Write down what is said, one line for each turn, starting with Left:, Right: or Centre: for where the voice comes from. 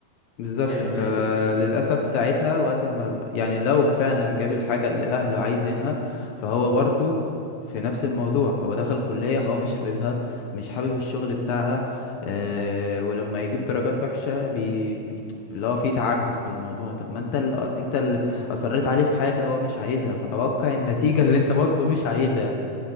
Left: بالظبط
Right: حلو
Left: فللأسف
Right: كويس جدا
Left: ساعتها وقت ما يعني لو فعلا جاب الحاجة اللي أهله عايزينها فهو برضو في نفس الموضوع
Right: مم.
Left: هو دخل كلية هو مش حاببها مش حابب الشغل بتاعها أه ولما يجيب درجات وحشة بي بي- اللي هو فيه تعجب في الموضوع طب ما انت اللي انت اللي أصريت عليه في حاجة هو مش عايزها فتوقع النتيجة
Right: بالظبط
Left: اللي انت برضو مش عايزها